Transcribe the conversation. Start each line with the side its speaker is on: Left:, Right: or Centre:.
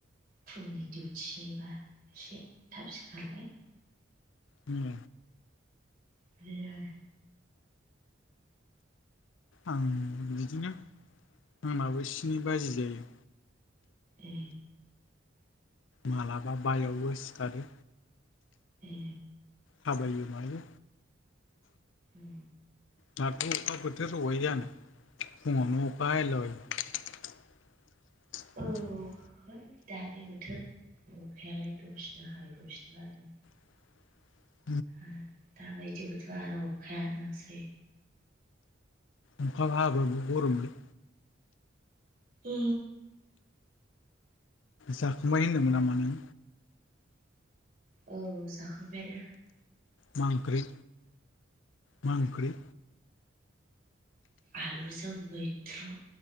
Right: फुंनि दिडिउथिबा एसे थाब सिखारबाय
Left: उम
Right: बे आरो
Left: आं बिदिनो आंनाबो स्ननि बाजि जायो।
Right: ए
Left: मालाबा बायाव सिखोरो
Right: ए
Left: थाबायो मायो
Right: ए
Left: दाथ' अखा बोथोर अबेहाय जानो फुङावनो अखा हालाबायो <inaudible>
Right: औ है दानि बोथोर अखायालाय दसेनो हायो दसेनो नागारो
Left: <inaudible>
Right: ओ दाबादि बोथोराव अखायानोसै
Left: अखा हाबाबो गरमलै
Right: ए
Left: जाखांबाय होनदों नामा नों?
Right: औ जाखांबाय आनो
Left: मा ओंख्रि मा ओंख्रि?
Right: आलुजों मैथ्रु